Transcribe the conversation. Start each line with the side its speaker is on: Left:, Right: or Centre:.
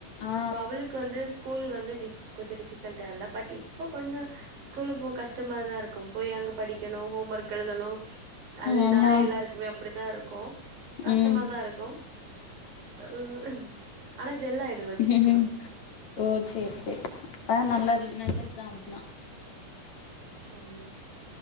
Left: ஆ
Right: சோ அவளுக்கு வந்து ஸ்கூல் வந்து டி கொஞ்ச டிஃபிகல்ட்டா இல்ல பட் இப்ப கொஞ்ச ஸ்கூல போக கஷ்டமா தா இருக்கு கு போய் அங்க படிக்கணு ஹோம் ஒர்க் எழுதணு அதனால
Left: ஆமா
Right: எல்லாருக்குமே அப்படித்தா இருக் கோ கஷ்டமாதா
Left: ம்
Right: இருக்கு அஹ் ஆனா ஜெல் ஆயிடுவா
Left: உம்
Right: சீக்கிரம்.
Left: ஓ சரி சரி ஆஹ் நல்லா நல்லது தா அப்படின்னா
Right: ஆமா